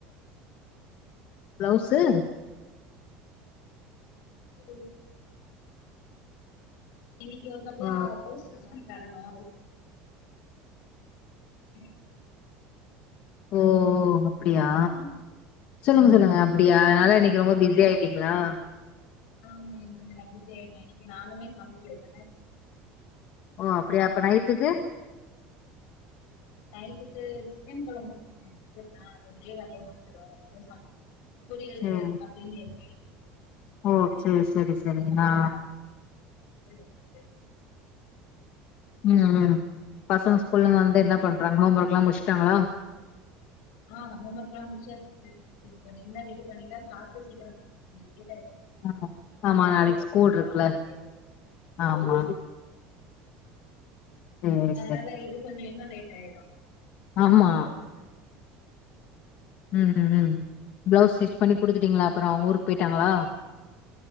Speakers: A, on the left (about 45°); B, on the left (about 70°).
A: ப்ளவ்சு
B: இவ்ளோ பேரு இன்னிக்கு ஒரு நாள் ஃபுல்லா
A: ஓ
B: ப்ளவுஸ் ஸ்டிச் பண்ணி தரணு <unintelligible>
A: ஓ அப்படியா
B: சொன்னா
A: சொல்லுங்க சொல்லுங்க அப்படியா
B: அதனால
A: அதனாலதா இன்னிக்கு ரொம்ப பிசி ஆயி டீங்களா
B: ஆமா இன்ன நா புத்தியாயிட்டே இன்னிக்கு நானுமே சமைக்கல <inaudible>
A: ஓ அப்படியா அப்ப நைட்டுக்கு
B: நைட்டுக்கு <unintelligible> <inaudible> ஒரே வேலையா முடுஞ் இதோ இன்னு சாப் புரியுது
A: சேரி
B: அப்டின்னு எப்டி
A: ஓ சேரி சேரி சேரிங்க
B: ஒண்ணு
A: நா
B: பண்ணா <inaudible>
A: ம் ம் பசங்க ஸ்கூல்ல வந்து என்ன பண்றாங்க ஹோம் ஒர்க் எல்லா முடுச்சுட்டாங்களா
B: ஆ ஆமாங் ஹோம்வெக்ல்லா முடிச்சாச்சு இப்ப டின்னர் ரெடி பண்ணிட்டா சாப்ட்டு சீக்கிரம் லேட்டாயிரு
A: ஆ ஆமா நாளைக்கு ஸ்கூல்
B: கெளம்பறதுக்கு
A: இருக்குல ஆமா சேரி
B: அதனால
A: சேரி
B: இது கொஞ்ச இன்னு லேட் ஆயிடு <unintelligible>
A: ஆமா ம் ம் ம் ப்ளவுஸ் ஸ்டிச் பண்ணி குடுத்துட்டீங்களா அப்பறோ அவங்க ஊருக்கு போயிட்டாங்களா